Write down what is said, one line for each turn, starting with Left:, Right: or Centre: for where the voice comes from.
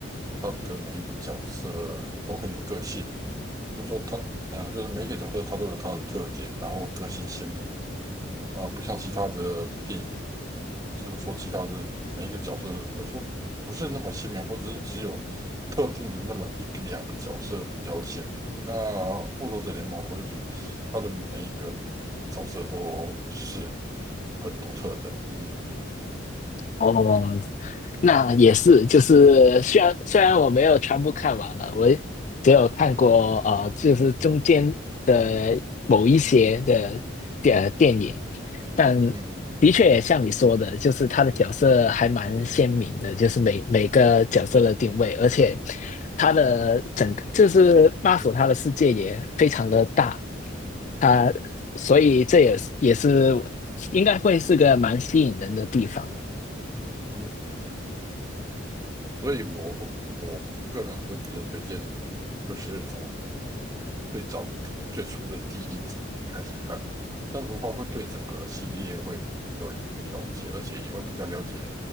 Right: 他的每一个角色都很有个性，就是说他啊，就是每一个角色他都有他的特点，然后个性鲜明。啊、不像其他的电影，就是说其他的每一个角色有时候不是那么鲜明，或者是只有特定的那么一两个角色比较鲜明。那《复仇者联盟》或者是它的每一个角色都是很独特的，嗯。
Left: 哦，那也是，就是虽然虽然我没有全部看完了，我只有看过呃，就是中间的某一些的电、呃电影，但
Right: 嗯嗯嗯。
Left: 的确也像你说的，就是他的角色还蛮鲜明的，就是每每个角色的定位，而且他的整个就是 m a r v 他的世界也非常的大，他所以这也是也是应该会是个蛮吸引人的地方
Right: 嗯所以我会我个人会比较推荐，就是从最早最初的第一集开始看，这样子的话会对整个系列会有一个了解，而且也会比较了解，